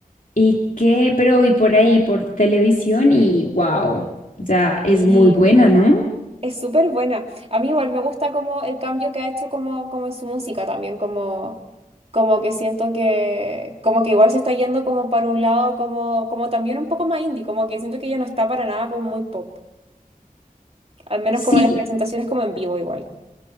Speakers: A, on the left; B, on the right.
A: y qué, pero vi por ahí, por televisión y wow, o sea, es
B: Sí.
A: muy buena, ¿no?
B: Es súper buena. A mí igual me gusta como el cambio que ha hecho como, como en su música también, como, como que siento que, como que igual se está yendo como para un lado, como, como también un poco más indie, como que siento que ya no está para nada como muy pop. Al menos
A: Sí,
B: como en las presentaciones como en vivo igual.